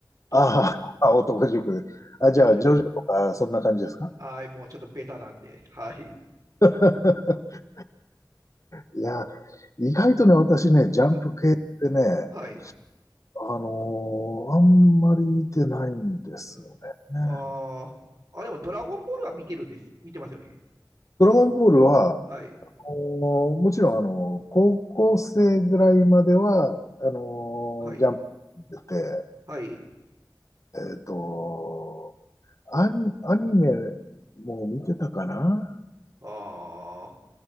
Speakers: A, on the right (about 50°); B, on the left (about 45°).
A: どうですか
B: ああ、男塾。
A: 男塾。
B: あ、じゃあ、ジョジョとか、そんな感じですか
A: はい、もうちょっとベタなんで、はい。
B: <laughs> いや、意外とね、私ね、ジャンプ系ってね、
A: あはい。
B: あのーあんまり見てないんですよね。
A: うんあーあ、でも、ドラゴンボールは見てるです。見てますよね。
B: ドラゴンボールは、
A: はい。
B: あのーもちろん、あのー高校生ぐらいまでは、あのージャンプ出て、
A: はい。はい。
B: えっと、アニ、アニメも見てたかな
A: あ